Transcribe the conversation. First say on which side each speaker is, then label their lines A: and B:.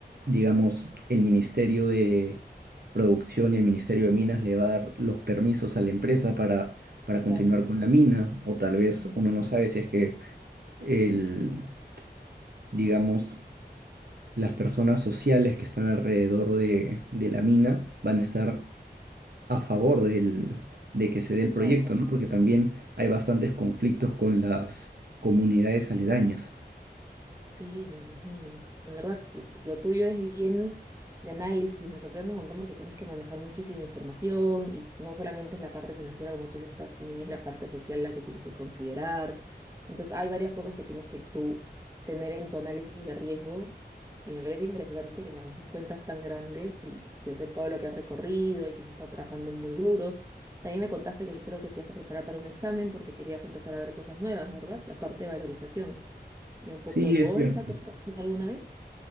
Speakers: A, on the right (about 60°); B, on the right (about 20°).
A: digamos, el Ministerio de Producción y el Ministerio de Minas le va a dar los permisos a la empresa para, para continuar
B: Claro,
A: con la mina, o tal vez
B: ujú,
A: uno no sabe si es que el, digamos, las personas sociales que están alrededor de, de la mina van a estar a favor del, de que se dé el proyecto,
B: claro.
A: ¿no? Porque también hay bastantes conflictos con las comunidades aledañas.
B: Sí, me imagino. En verdad, s- lo tuyo es bien de análisis. Me sorprende un montón porque tienes que manejar muchísima información y no solamente es la parte financiera, como tú dices, también es la parte social la que tienes que considerar. Entonces, hay varias cosas que tienes que tú tener en tu análisis de riesgo y me parece impresionante que manejes cuentas tan grandes y yo sé todo lo que has recorrido y que has estado trabajando muy duro. También me contaste que creo que te ibas a preparar para un examen porque querías empezar a ver cosas nuevas, ¿verdad? Aparte de valorización ya un poco
A: Sí,
B: en
A: es
B: bolsa,
A: cierto.
B: creo que hiciste alguna vez.